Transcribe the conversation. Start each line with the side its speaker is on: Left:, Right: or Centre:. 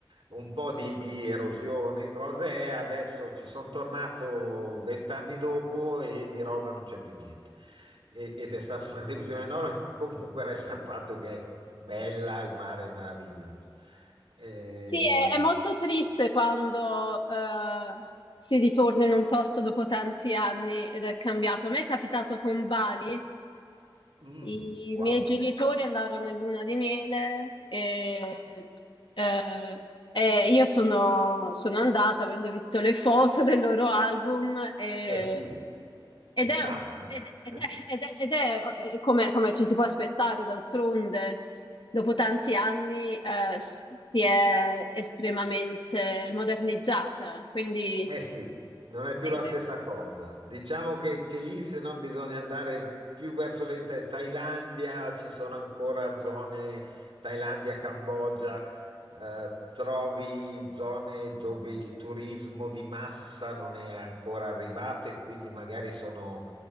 Right: un po' di, di erosione, cose, e adesso ci sono tornato vent'anni dopo e di rosa non c'è più niente. E- ed è stata <laughs> una delusione enorme, comunque resta il fatto che è bella, il mare è meraviglioso. Ehm,
Left: Sì, è, è molto triste quando eh, si ritorna in un posto dopo tanti anni ed è cambiato. A me è capitato con Bali,
Right: Mm,
Left: I
Right: wow.
Left: miei genitori andarono in luna di miele e, eh, e io sono, sono andata avendo visto le foto del loro album e-
Right: Eh sì,
Left: ed
Right: ci stavano.
Left: è, un- ed- ed
Right: <laughs>
Left: è- ed è- ed è, eh, come, come ci si può aspettare d'altronde, dopo tanti anni eh, si è estremamente modernizzata, quindi
Right: Eh sì, non è più
Left: eh,
Right: la stessa cosa. Diciamo che, che lì, se no, bisogna andare più verso la Thailandia, ci sono ancora zone, Thailandia, Cambogia, eh, trovi zone dove il turismo di massa non è ancora arrivato e quindi magari sono